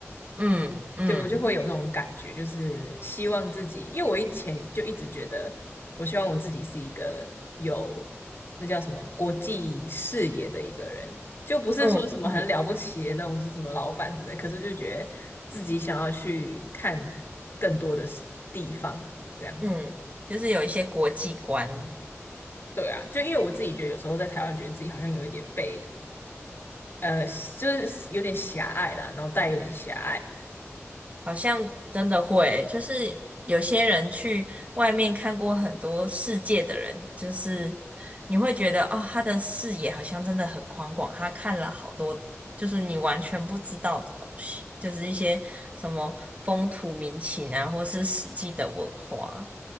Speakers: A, on the right; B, on the left.
A: 嗯嗯
B: 对，我就会有那种感觉，就是希望自己，因为我以前就一直觉得，我希望我自己是一个有那叫什么国际视野的一个人，就不是说什么很了不起的那种，
A: 嗯
B: 就是什么老板什么的，可是就觉得自己想要去看更多的事地方，这样子。
A: 嗯，就是有一些国际观。
B: 对啊，就因为我自己觉得有时候在台湾，觉得自己好像有一点被呃，就是有点狭隘啦，脑袋有点狭隘。
A: 好像真的会，就是有些人去外面看过很多世界的人，就是你会觉得哦，他的视野好像真的很宽广，他看了好多就是你完全不知道的东西，就是一些什么风土民情啊，或是史记的文化。